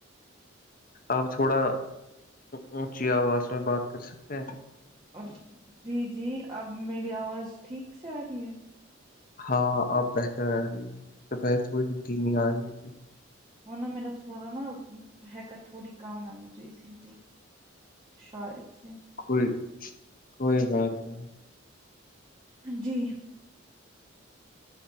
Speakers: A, on the left; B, on the right.
A: آپ تھوڑا اونچی آواز میں بات کر سکتے ہیں
B: ا جی جی اب میری آواز ٹھیک سے آ رہی ہے
A: ہاں اب بہتر آ رہی تو پہلے تھوڑی س دھیمی آ رہی تھی
B: وہ نا میرا تھوڑا نا حیکت تھوڑی کم ہے مجھے اسی لیے شاید سے
A: کوئی کوئی بات نہیں
B: جی